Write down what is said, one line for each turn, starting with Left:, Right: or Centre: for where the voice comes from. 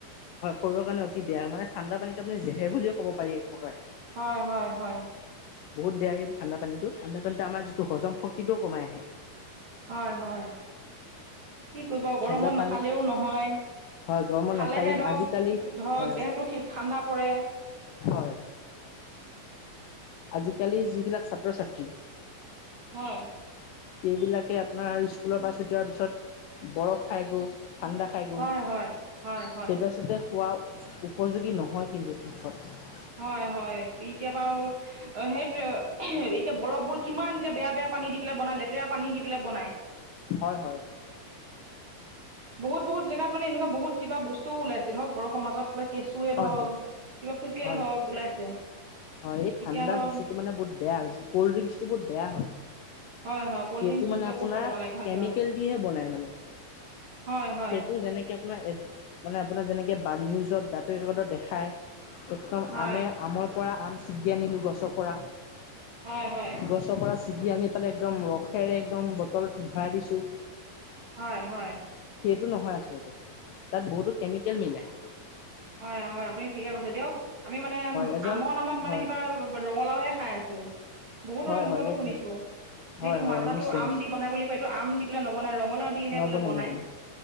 Left: হয় শৰীৰৰ কাৰণে অতি বেয়া মানে ঠাণ্ডা পানীত আপুনি জেহে বুলিও ক'ব পাৰে এক প্ৰকাৰে।
Right: হয় হয় হয়।
Left: বহুত বেয়া এই ঠাণ্ডা পানীটো ঠাণ্ডা পানীতটো আমাৰিটো হম শক্তিটোও কমাই আহে।
Right: হয় হয় কি কৰিব
Left: আৰু ঠাণ্ডা
Right: গৰমত
Left: পানীত
Right: নাখালেও নহয়।
Left: হয় গৰমত
Right: খালেহে
Left: নাখালে
Right: ধৰক
Left: আজিকালি
Right: ধৰক
Left: হয়
Right: দেহটো ঠাণ্ডা পৰে।
Left: হয়। আজিকালি যিবিলাক ছাত্ৰ ছাত্ৰী
Right: হয়,
Left: এইবিলাকে আপোনাৰ স্কুলৰ পৰা ছোটী হোৱাৰ পিছত বৰফ খাই গো ঠাণ্ডা খাই গো
Right: হয়,
Left: সেইটোাৰচতে
Right: হয়, হয়, হয়।
Left: খোৱা উপযোগী নহয় কিন্তু শিকষত
Right: হয় হয় এতিয়া বাউ সেইটোৱে। বৰফবোৰ কিমান এতিয়া বেয়া বেয়া পানী দি পেলাই বনাই লেতেৰা পানী দি পেলাই বনায়।
Left: হয় হয়।
Right: বহুত বহুত জেগাত মানে এনেুৱা বহুত কিবা বস্তু ওলাইছে ধৰক বৰফৰ মাজত। কেঁচুৱে
Left: হয়
Right: হওক
Left: হয়
Right: কিবা পোকে
Left: হয়
Right: হওক ওলাইছে।
Left: হয় এই ঠাণ্ডা
Right: এতিয়া ধৰক
Left: বস্তুত মানে বহু বেয়া কল্ড ড্ৰিংকচ টো বহুত বেয়া হয়।
Right: হয় হয় ক'ল্ড
Left: সটো
Right: ড্ৰিংকছবিলাকো
Left: মানে আপোনাৰ
Right: খাব নালাগে হয়
Left: কেমিকেল
Right: দিয়ক
Left: দিহে বনাই মানে।
Right: হয় হয়
Left: সেইটো যেনেকে আপোনাৰ মানে আপোনাৰ যেনেকে বা নিউজত বাতৰি কাকতত দেখায একদম
Right: হয়
Left: আমে আমৰ পৰা আম ছিগি আনিলো গছৰ পৰা।
Right: হয় হয়
Left: গছৰ পৰা ছিগি আনি পেলাই একদম ৰসেৰে একদম বটলত ভৰাই দিছোঁ
Right: হয় হয়
Left: সেইটো নহয় আচলতে তাত বহুতো কেমিকেল মিলায়
Right: হয় -হয় আপুনি ঠিকে কৈছে দিয়ক আমি মানে
Left: হয় এজন
Right: আমৰ নামত মানে
Left: হয়
Right: কিবা ৰঙালাওহে খাই আছো বহুতৰ
Left: হয়
Right: মুখতো
Left: হয় একদম
Right: শুনিছো।
Left: হয়
Right: যিটো
Left: হয়
Right: মাজাটো
Left: নিশ্চয়
Right: আম
Left: নিশ্চয়
Right: দি বনাই বুলি কয় এইটো আম দি বোলে নবনাই ৰঙালাও দিহে
Left: নবনাই
Right: বোলে বনায়
Left: নবনাই